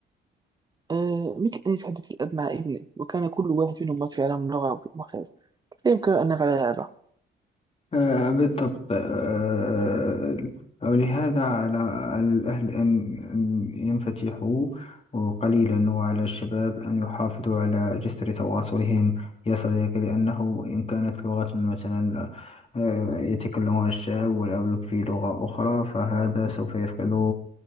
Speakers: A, on the right; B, on the left.
A: أه... مثل أن يتحدث الأب مع ابنه وكان كل واحد منهما في عالم لغة مختلف كيف يمكن أن نفعل هذا؟
B: آه، بالضبط آه، ولهذا على الأهل أن أن ينفتحوا قليلا وعلى الشباب أن يحافظوا على جسر تواصلهم يا صديقي لأنه إن كانت لغة مثلا آه، يتكلمها الشاب والأولوك في لغة أخرى فهذا سوف يفقد